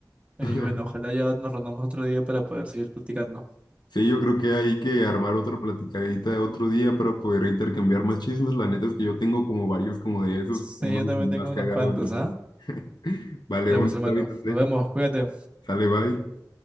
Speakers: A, on the right; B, on the left.
A: Y
B: <laughs>
A: bueno, ojalá ya nos reunamos otro día para poder seguir platicando.
B: Sí, yo creo que hay que armar otra platicadita de otro día para poder intercambiar más chismes. La neta es que yo tengo como varios como de esos,
A: Sí,
B: unos
A: yo también
B: más
A: tengo
B: cagados,
A: unos cuantos,
B: en fin.
A: ¿ah?
B: <laughs> Vale,
A: Ya
B: bueno,
A: pues
B: está
A: hermano,
B: bien, André.
A: nos vemos, cuídate.
B: Sale, bye.